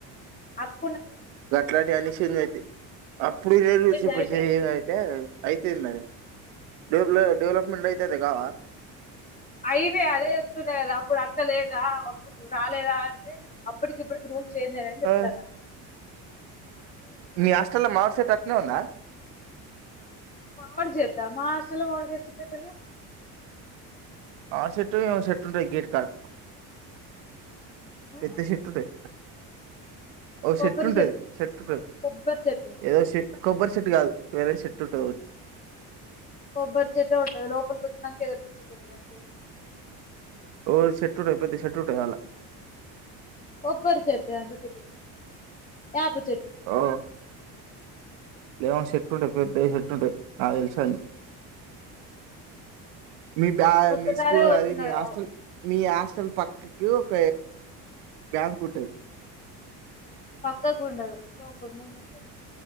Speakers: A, on the left; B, on the right.
A: అక్
B: గట్లయితే అన్ని చేంజ్ ఐతై అప్పుడు వేరు
A: చేంజ్
B: పుసిస్
A: అయితాయి
B: ఐతే ఐతేంది మరే. డేవ్ల డెవలప్మెంట్ అయితే కావ.
A: అయినై అదే చెప్తున్న కదా అప్పుడు అక్క లేదా. ఇప్పుడు రాలేదా అే అప్పటికి ఇప్పటికి రూల్స్ చేంజ్ అయ్యాయని చెప్తాను
B: ఆ మీ హాస్టల్ల మావడిసెట్ అట్నే ఉందా
A: మావిడి చెట్ట మా హాస్టల్ల మామిడికాయ చెట్టు ఎక్కడిది.
B: ఆ సెట్టు ఏమో సెట్టు ఉంటది గేట్ కాడ
A: ఆ
B: పెద్ద పెట్టు ఉంటది. ఒక
A: కొబ్బరి
B: సెట్ ఉంటది
A: చెట్టు
B: సట్ ఉంటది
A: కొబ్బరి చెట్టు
B: ఏదో సెట్ కొబ్బరి చెట్టు కాదు వేరే చెట్లు తోటి
A: కొబ్బరి చెట్టు ఉండదు లోపలికి కోచ్చినాక ఎమో పిచ్చి చెట్లు అంట
B: ఓ షట్లు లేకపోతే షేట్లు కావాల్లా
A: కోబ్బరి చెట్టు అంత పెద్ద చేట్టు యా పి త్
B: ఓ లే సట్లు ఉండి పోయిద్ది ఆ నాకు తెలుసు అండి మీ బా
A: ఒక్కసారే
B: మీ స్కూల్
A: వచ్చినాయి
B: అది మీ హాస్టల్ మీ హస్ అసలు పక్కకి ఒక బ్యాంక్ ఉంటది
A: పక్కకుండదు లో లో ముందుంటది